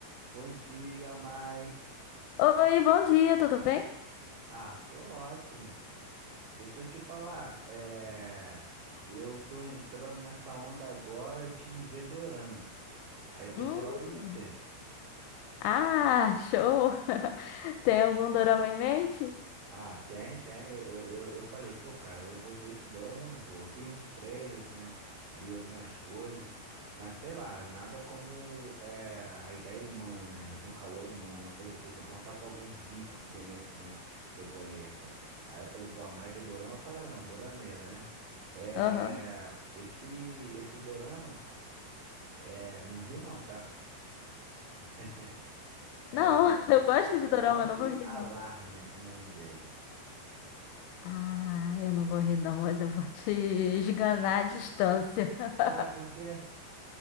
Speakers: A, on the right (about 55°); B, on the left (about 80°).
A: Bom dia, Mai.
B: Oi, bom dia, tudo bem?
A: Ah, tô ótimo. Deixa eu te falar, é... eu tô entrando nessa onda agora de ver dorama. Aí eu pensei
B: Hum,
A: logo em você.
B: ah, show! <laughs> Tem algum dorama em mente?
A: Ah, tem, tem. Eu, eu, eu eu falei, pô, cara, eu vou ver esse dorama, ou não vou. Eu Vi uns trailers, né? Li algumas coisas, mas sei lá, nada como é, a ideia humana, né? <laughs> O calor humano. Eu falei, pô, vou perguntar pra alguém vivo que eu conheço, né? Que eu conheça. Aí eu falei, pô, a Mai vê dorama pra caramba, dorameira, né? É,
B: Aham.
A: esse, esse dorama, é, não ri não, tá? <laughs> É,
B: Não, <laughs> eu
A: é
B: gosto de
A: Love
B: dorama, eu não vou rir,
A: Alarm,
B: não.
A: o nome dele.
B: Ah, eu não vou rir, não, mas eu vou te esganar à distância. <laughs>
A: Ué, por quê?